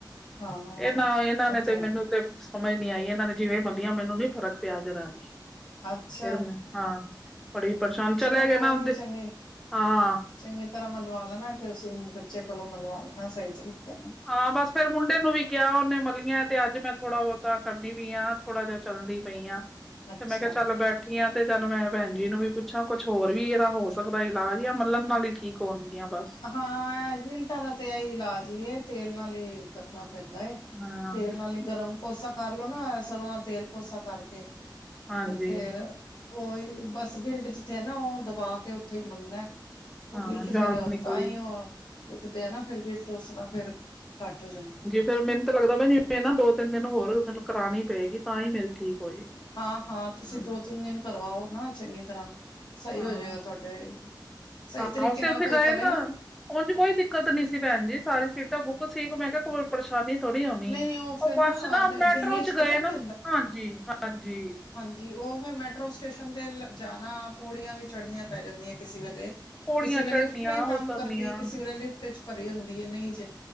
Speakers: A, on the left (about 65°); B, in the centre.
A: ਹਾਂ
B: ਇਹਨਾਂ-ਇਹਨਾਂ ਨੇ
A: ਅੱਛਾ
B: ਤੇ ਮੈਨੂੰ ਤੇ ਸਮਝ ਨੀ ਆਈ ਇਹ ਨੇ ਜਿਵੇਂ ਮਲੀਆਂ ਮੈਨੂੰ ਨੀ ਫਰਕ ਪਿਆ ਜਰਾ ਵੀ
A: ਅੱਛਾ
B: ਫਿਰ ਮੈਂ ਹਾਂ ਬੜੀ ਪਰੇਸ਼ਾਨ
A: ਚਲੋ
B: ਚਲੇ
A: ਕੋਈ
B: ਗਏ ਨਾ
A: ਨੀ ਚੰਗੀ
B: ਹਾਂ।
A: ਚੰਗੀ ਤਰ੍ਹਾਂ ਮਲਵਾ ਲੈਣਾ ਕਿ ਅਸੀਂ ਬੱਚੇ ਕੋਲੋਂ ਮਲਵਾ ਲੈਣਾ ਸਹੀ ਤਰੀਕੇ ਨਾਲ
B: ਹਾਂ ਬੱਸ ਫੇਰ ਮੁੰਡੇ ਨੂੰ ਵੀ ਕਿਆ ਉਹਨੇ ਮਲੀਆਂ ਤੇ ਅੱਜ ਮੈਂ ਥੋੜਾ ਬਹੁਤਾ ਕਰਨੀ ਵੀ ਆ। ਥੋੜਾ ਜਿਹਾ ਚੱਲਦੀ ਪਈ ਆਂ
A: ਅੱਛਾ
B: ਤੇ ਮੈਂ ਕਿਹਾ ਚੱਲ ਬੈਠ ਬੈਠੀਆਂ ਤੇ ਚੱਲ ਮੈਂ ਭੈਣ ਜੀ ਨੂੰ ਵੀ ਪੁੱਛਾਂ ਕੁਛ ਹੋਰ ਵੀ ਇਹਦਾ ਹੋ ਸਕਦਾ ਇਲਾਜ ਜਾਂ ਮੱਲਣ ਨਾਲ ਹੀ ਠੀਕ ਹੋਣਗੀਆਂ ਬੱਸ
A: ਹਾਂ ਗਿਲਟਾ ਦਾ ਤੇ ਆ ਹੀ ਇਲਾਜ ਹੀ ਏ ਤੇਲ ਨਾਲ ਹੀ ਕਰਨਾ ਪੈਂਦਾ ਏ।
B: ਹਾਂ
A: ਤੇਲ ਨਾਲ ਹੀ ਗਰਮ ਕੋਸਾ ਕਰਲੋ ਨਾ ਸਰੋਂ ਦਾ ਤੇਲ ਕੋਸਾ ਕਰਕੇ
B: ਹਾਂਜੀ
A: ਤੇ ਫਿਰ ਉਹੀ ਬੱਸ ਗਿਲਟ ਜਿੱਥੇ ਹੈ ਨਾ ਓ ਦਬਾ ਕੇ ਉੱਥੇ ਈ ਮੱਲਣਾ ਉਹ
B: ਹਾਂ
A: ਗਿਲਟ
B: ਜਾਨ
A: ਫਿਰ
B: ਨਿਕਲੀ
A: ਆ ਟੁੱਟਦੇ ਆ ਨਾ ਫੇਰ ਗਿਲਟ ਉਸ ਤਰਾਂ ਫੇਰ ਘੱਟ ਹੋ ਜਾਂਦੇ।
B: ਫਿਰ ਮੈਨੂੰ ਤਾਂ ਲੱਗਦਾ ਜਿਵੇਂ ਨਾ ਦੋ- ਤਿੰਨ ਦਿਨ ਹੋਰ ਮੈਨੂੰ ਕਰਾਣੀ ਪਏਗੀ ਤਾਂ ਹੀ ਮੇਰੀ ਠੀਕ ਹੋਏਗੀ।
A: ਹਾਂ-ਹਾਂ ਤੁਸੀਂ
B: ਹਾਂ
A: ਦੋ ਤਿੰਨ ਦਿਨ ਕਰਵਾਓ ਨਾ ਚੰਗੀ ਤਰ੍ਹਾਂ ਸਹੀ
B: ਹਾਂ
A: ਹੋ ਜਾਏਗਾ ਤੁਹਾਡੇ ਸਹੀ
B: ਹਾਂ
A: ਤਰੀਕੇ
B: ਅਸੀਂ
A: ਨਾਲ
B: ਉੱਥੇ
A: ਕੋਈ
B: ਗਏ
A: ਕਰੇ
B: ਨਾ ਉਂਜ ਕੋਈ ਦਿੱਕਤ ਨੀ ਸੀ। ਭੈਣ ਜੀ ਸਾਰੀ ਸੀਟਾਂ ਬੁੱਕ ਸੀ ਮੈਂ ਕਿਆ ਪਰੇਸ਼ਾਨੀ ਥੋੜ੍ਹੀ ਆਉਣੀ
A: ਨਹੀਂ
B: ਹੈ
A: ਫਿਰ
B: ਉਹ ਬੱਸ ਨਾ
A: ਦਿੱਲੀ
B: ਮੈਟਰੋ 'ਚ ਗਏ
A: ਪਤਾ ਕੀ
B: ਨਾ ਹਾਂਜੀ-ਹਾਂਜੀ।
A: ਜੀ ਉਹ ਫਿਰ ਮੈਟਰੋ ਸਟੇਸ਼ਨ ਤੇ ਜਾਣਾ ਪੌੜੀਆਂ ਵੀ ਚੜ੍ਹਨੀਆਂ ਪੈ ਜਾਂਦੀਆਂ ਕਿਸੀ ਵੇਲੇ
B: ਪੌੜੀਆਂ
A: ਕਿਸੇ ਵੇਲੇ
B: ਚੜ੍ਹਨੀਆਂ
A: ਲਿਫਟ ਨਈ ਕੰਮ
B: ਉਤਰਨੀਆਂ
A: ਕਰਦੀ ਕਿਸੇ ਵੇਲੇ ਲਿਫਟ 'ਚ ਭਰੀ ਹੁੰਦੀ ਹੈ ਨਈ ਜੇ